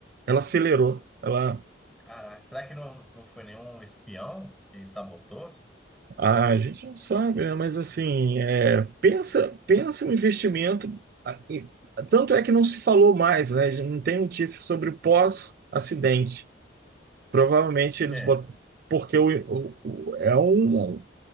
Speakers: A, on the right; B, in the centre.
A: ela acelerou. Ela,
B: Caraca, será que não, não foi nenhum espião que sabotou?
A: ah, a gente não sabe, né? Mas assim, é, pensa, pensa no investimento. Ah, e- Tanto é que não se falou mais, né? Não tem notícia sobre o pós-acidente. Provavelmente eles
B: É,
A: botaram. Porque o, o- o- é um,